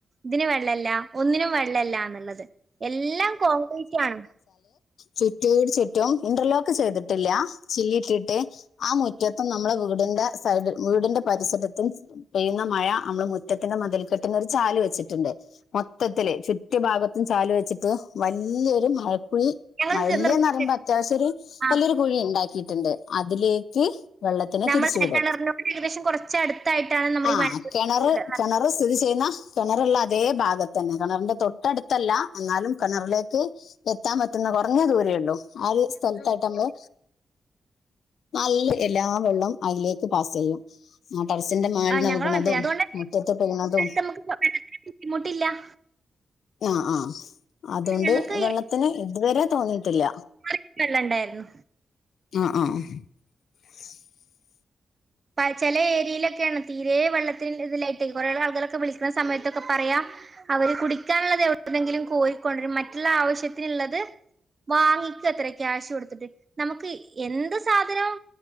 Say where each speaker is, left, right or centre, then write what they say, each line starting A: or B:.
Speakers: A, on the right; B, on the left.
A: ല്ലഇതിന് വെള്ളല്ല ഒന്നിനും വെള്ളല്ലാന്നുള്ളത് എല്ലാം കോൺക്രീറ്റ് ആണ്
B: ചുറ്റോടുചുറ്റും ഇന്റർലോക്ക് ചെയ്തിട്ടില്ല ചില്ലട്ടിട്ട് ആ മുറ്റത്തും നമ്മളെ വീട് ന്താസൈഡ് വീടിന്റെ പരിസരത്തും പെയ്യുന്ന മഴ നമ്മള് മുറ്റത്തിന്റെ മതിൽക്കെട്ടിന്ന്ഒരു ചാല് വെച്ചിട്ട് ണ്ട് മൊത്തത്തില് ചുറ്റു ഭാഗത്തും ചാല് വെച്ചിട്ട് വല്ല്യൊരു മഴ കുഴി
A: ഞങ്ങൾ
B: മഴല്ന്ന്
A: നിർമ്മിച്ചിട്ടുണ്ട്
B: പറയുമ്പോ അത്യാവശ്യ ഒരു
A: ആ
B: വല്ലിയൊരു കുഴി ഉണ്ടാക്കിട്ടുണ്ട് അതിലേക്ക് വെള്ളത്തിന്
A: നമ്മൾ
B: തിരിച്ചുവിടും
A: മഴക്കിണറിനോട് ഏകദേശം കുറച്ച് അടുത്തായിട്ടാണ് നമ്മൾ
B: ആ
A: ഈ മഴക്കിണർ
B: കിണറ് കിണറ് സ്ഥിതി ചെയ്യുന്ന കിണറുള്ള അതേ ഭാഗത്ത് തന്നെ കിണറിന്റെ തൊട്ടടുത്തല്ല എന്നാലും കിണറിലേക്ക് എത്താൻ പറ്റുന്ന കുറഞ്ഞ ദൂരെയുള്ളൂ ഉള്ളൂ ആ ഒരു സ്ഥലത്തായിട്ട് നമ്മള് നല്ല എല്ലാ വെള്ളവും അതിലേക്ക് പാസ് ചെയ്യും ടെറസ്സിന്റെ മേൽന്ന്
A: ഞങ്ങൾ
B: വീകണതും
A: മനസ്സിലായി. അതുകൊണ്ട്
B: മുറ്റത്ത് വീകണതും
A: നമുക്ക് വെള്ളത്തിന് ബുദ്ധിമുട്ടില്ല
B: ആഹ് ആഹ് അതുകൊണ്ട്
A: ഞങ്ങൾക്ക്
B: വെള്ളത്തിന് ഇതുവരെ തോന്നീട്ടില്ല
A: <unintelligible> വെള്ളണ്ടായിരുന്നു
B: ആഹ്
A: പല ചെലേ ഏരിയയിലൊക്കെയാണ് തീരെ വെള്ളത്തിന് ഇതിലായിട്ട് കുറേ ആളുകളൊക്കെ വിളിക്കുന്ന സമയത്തൊക്കെ പറയാ അവര് കുടിക്കാനുള്ളത് എവിടെന്നെങ്കിലും കോരിക്കൊണ്ടൊരും മറ്റുള്ള ആവശ്യത്തിനുള്ളത് വാങ്ങിക്കാത്രേ ക്യാഷ് കൊടുത്തിട്ട് നമുക്ക് എന്ത് സാധനോം